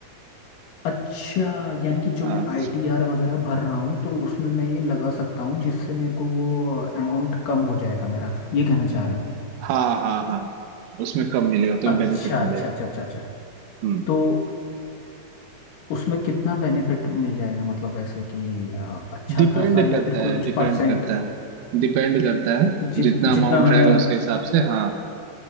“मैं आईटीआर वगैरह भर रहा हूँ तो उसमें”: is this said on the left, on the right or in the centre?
Left